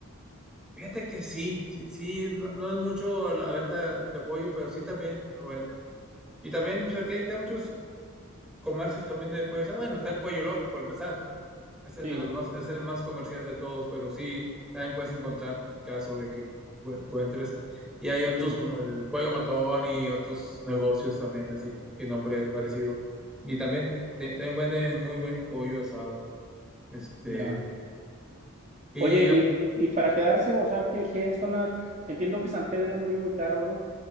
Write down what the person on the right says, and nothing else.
Sí,
ya,
ya.
Oye,
y, y para quedarse, o sea, que, que es zona, entiendo que San Pedro es muy, muy caro, ¿no?